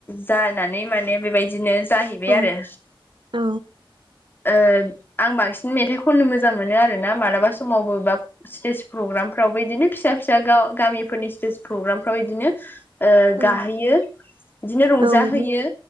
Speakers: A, on the left (about 20°); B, on the right (about 60°).
A: जानानै माने बेबायदिनो जाहैबाय
B: औ
A: आरो।
B: औ
A: ओ आं बांसिन मेथाइ खननो मोजां मोनो आरो ना मालाबा समावबो बा स्टेज प्रग्रामफ्रावबो इदिनो फिसा फिसा गामिफोरनि स्टेज प्रग्रामफ्राव इदिनो ओ
B: औ
A: गाहोयो बिदिनो रंजाहैयो
B: औ